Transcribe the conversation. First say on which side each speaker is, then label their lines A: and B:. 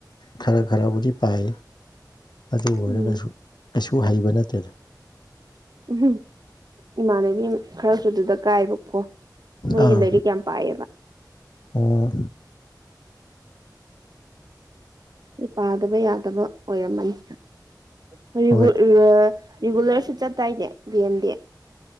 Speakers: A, on the left; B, on the right.
A: ꯈꯔ ꯈꯔꯕꯨꯗꯤ ꯄꯥꯏ ꯑꯗꯨ ꯑꯣꯏꯔꯒꯁꯨ
B: ꯎꯝ
A: ꯀꯩꯁꯨ ꯍꯩꯕ ꯅꯠꯇꯦꯗ
B: ꯎꯝꯨꯝ ꯏꯃꯥꯟꯅꯕꯤ ꯈꯔꯁꯨ ꯑꯗꯨꯗ ꯀꯥꯏꯕ <unintelligible> ꯃꯣꯏꯗꯤ
A: ꯑꯥ
B: ꯂ ꯀ ꯌꯥꯝ ꯄꯥꯏꯕ
A: ꯑꯣ
B: ꯄꯥꯗꯕ ꯌꯥꯗꯕ ꯑꯣꯏꯔꯝꯃꯅꯤ ꯔꯔꯤꯒꯨꯂꯔ
A: ꯍꯣꯏ
B: ꯁꯨ ꯆ ꯇꯥꯏꯅꯦ <unintelligible> ꯗꯦ